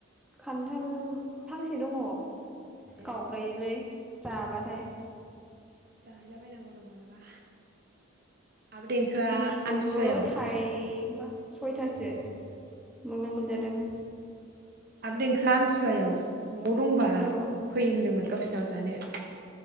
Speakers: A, in the centre; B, on the right.
A: खान्थाल फांसे दङ
B: ए
A: गावब्रायोलै राबाथाय
B: जाहैलाबायनांगौ र मालाबा आब देंखोआ
A: लिसुखौबो
B: आमथिसुवायाव
A: थाइ बा सयथासो माबा मोनजादों
B: आब देंखोआ आमथिुवायाव नआव दंबा
A: औ
B: फैयो होनदोंमोन गावसिनाव जानो